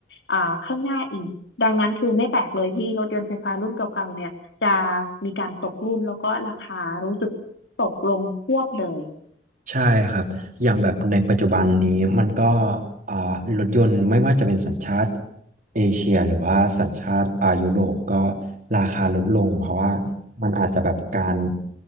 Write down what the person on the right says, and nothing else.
ใช่ครับอย่างแบบในปัจจุบันนี้มันก็อ่ารถยนต์ไม่ว่าจะเป็นสัญชาติเอเชียหรือว่าสัญชาติอายุโรปก็ราคาลดลงเพราะว่ามันอาจจะแบบการ